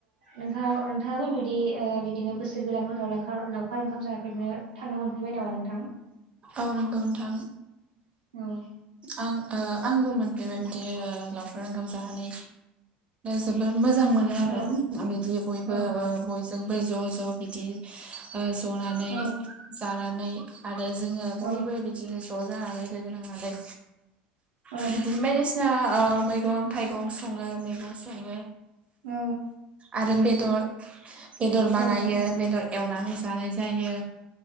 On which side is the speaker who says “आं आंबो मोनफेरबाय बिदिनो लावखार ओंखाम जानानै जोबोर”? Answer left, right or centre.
Right